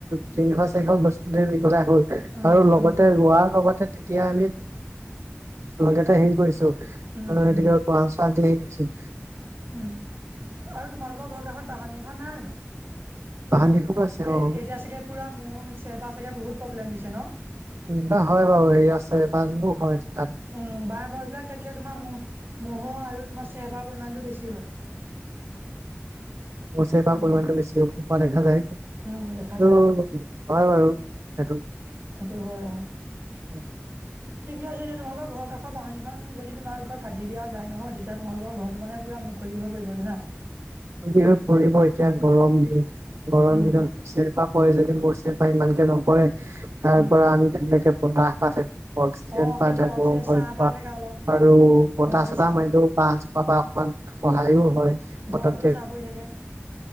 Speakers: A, on the right; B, on the right.
A: তিনিশ-চাৰিশ গছ পুলি ৰুই <unintelligible>
B: উ
A: আৰু লগতে
B: উম
A: ৰোৱাৰ লগতে তেতিয়া আমি লগেতে হেৰি কৰিছোঁ,
B: উম
A: এইটো
B: উম
A: কি কয় <unintelligible> কৰিছোঁ।
B: উম, আৰু তোমালোকৰ ঘৰ কাষত বাহনি এখন নাই জানো?
A: বাহনিখনো আছে
B: এই
A: অ
B: এতিয়া চাগে পোৰা মোহ হৈছে। এবাৰ চাগে বহুত প্ৰব্লেম দিছে ন?
A: ন হয় বাৰু হেই আছে বানবোৰ <unintelligible> অ',
B: উম, বাঁহ গছ বিলাক থাকিলে তোমাৰ মহ ম'হ আৰু তোমাৰ চেহেপা পৰিমাণটো বেছি হয়।
A: অৱশ্যে এইবাৰ
B: উম,
A: পৰিমানটো বেছিকে হোৱা দেখা যায়। আৰু
B: উম, দেখা যায় অ,
A: হয় বাৰু সেইটো।
B: সেইটো হয় বাৰু।
A: <inaudible>
B: ঠিক আছে, এতিয়া তোমালোকৰ ঘৰ কাষৰ বাহিনীখন যদি তোমালোকৰ কাটি দিয়া যায় নহয়, তেতিয়া তোমালোকৰ ঘৰটো মানে পোৰা মুক কলি হৈ পৰিব জানা।
A: মুকলি হৈ পৰিব, এতিয়া গৰম দিন। গৰম
B: উম,
A: দিনত চেৰেপা পৰে যদি মোৰ চেৰেপা ইমানকে নপৰে তাৰ
B: উম,
A: পৰা আমি তেনেকে বতাহ পাই থাকে, অক্সিজেন
B: অ, সেইটোৱে
A: পাই থাকোঁ
B: অক্সিজেন
A: <unintelligible>
B: চাহ পাই থাকে অলপ
A: আৰু বতাহ-চতাহ
B: ঘৰতো চাহ পৰি
A: মাৰিলেও বাঁহজোপাৰ পৰা অকমান সহায়ো হয়।
B: ঘৰতো
A: <unintelligible> অ <unintelligible>
B: চাহ পৰি থাকে